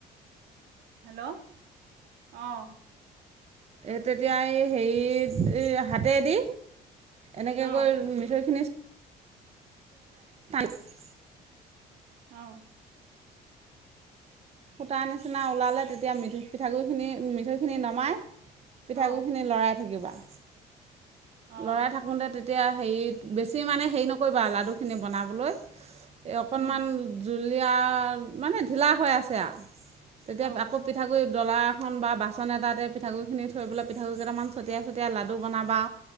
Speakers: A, on the right; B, on the right.
A: হেল্ল', অ'।
B: এই তেতিয়া এই হেৰিত এই হাতেদি এনেকে
A: অ
B: কৈ মিঠৈ খিনি <unintelligible>
A: অ'।
B: সূতাৰ নিচিনা ওলালে তেতিয়া মি-পিঠাগুৰি খিনি মিঠৈখিনি নমাই পিঠাগুৰি
A: অ
B: খিনি লৰাই থাকিবা।
A: অ অ
B: লৰাই থাকোতে তে তেতিয়া হেৰিত বেছি মানে হেৰি নকৰিবা আৰু লাডুখিনি বনাবলৈ এই অকনমান
A: উম
B: জ জুলীয়া মানে ঢিলা হৈ আছে আৰু তেতিয়া
A: অ
B: আকৌ পিঠাগুৰি ডলা এখন বা বাচন এটাতে পিঠাগুৰি খিনি থৈ পেলাই পিঠাগুৰি কেইটামান ছটিয়াই, ছটিয়াই লাডু বনাবা